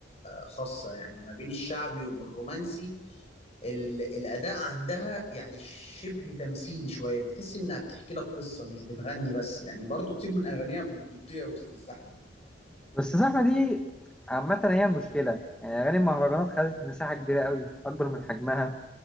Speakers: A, on the left; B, in the centre.
A: خاصة يعني ما بين الشعبي ومن الرومانسي ال... الأداء عندها يعني شبه تمثيلي شوية بتحس إنها بتحكي لك قصة مش بتغني بس يعني برضو كتير من أغانيها بتضيع وسط الزحمة
B: بس الزحمة دي عامة هي المشكلة يعني أغاني المهرجانات خدت مساحة كبيرة قوي أكبر من حجمها